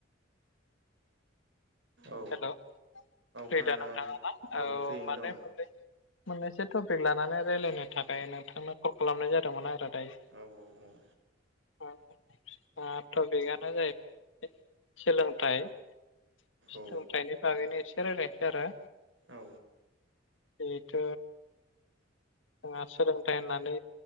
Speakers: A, on the right; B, on the left.
A: औ
B: हेल' फ्रिदा
A: खोनादों
B: नोंथाङा
A: आं
B: ना औ
A: फ्रियैनो
B: मानो
A: दं
B: मोननै मोननैसो टपिक लानानै रायज्लायनो थाखाय नोंथांनो कल खालामनाय जादोंमोन आरो दायो
A: औ-औ-औ
B: ओ टपिकआनो जाहैबाय सोलोंथाइ सोलोंथाइनि
A: औ
B: बागैनो एसे रायज्लायनोसै आरो
A: औ
B: बेथ' जोंहा सोलोंथाइ होननानै